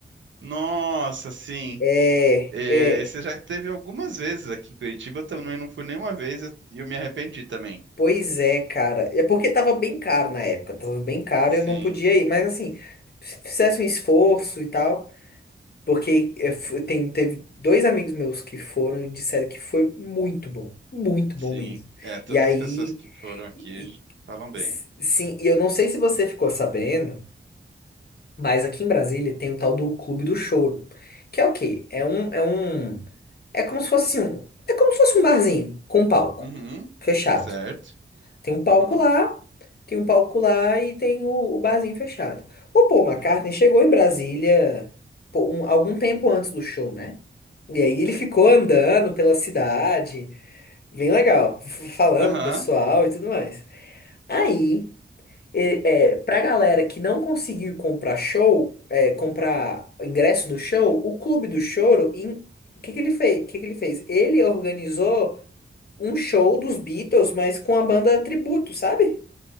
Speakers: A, on the right; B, on the left.
A: Nossa, sim.
B: É,
A: É,
B: é,
A: você já teve algumas vezes aqui em Curitiba, eu também não fui nenhuma vez e eu, e eu me arrependi também.
B: Pois é, cara. É porque tava bem caro na época, tava bem caro,
A: Sim,
B: eu não podia ir, mas assim, se fizesse um esforço e tal, porque eu fu- tem, teve dois amigos meus que foram e disseram que foi muito bom, muito
A: sim.
B: bom mesmo.
A: É, todas
B: E aí,
A: as pessoas que foram aqui
B: e-
A: falam bem.
B: s- sim, e eu não sei se você ficou sabendo, mas aqui em Brasília tem o tal do Clube do Choro, que é o quê? É um, é um, é como se fosse um, é como se fosse um barzinho com um palco
A: Uhum,
B: fechado.
A: certo.
B: Tem um palco
A: Uhum,
B: lá. Tem um palco lá e tem o, o barzinho fechado. O Paul McCartney
A: uhum.
B: chegou em Brasília pô, um- algum tempo antes do show, né? E aí ele ficou andando pela cidade, bem legal, f- falando
A: Aham.
B: com o pessoal e tudo mais. Aí, e- é, pra galera que não conseguiu comprar show, é, comprar ingresso do show, o Clube do Choro, em- o que que ele fez? O que que ele fez? Ele organizou um show dos Beatles, mas com a banda tributo, sabe?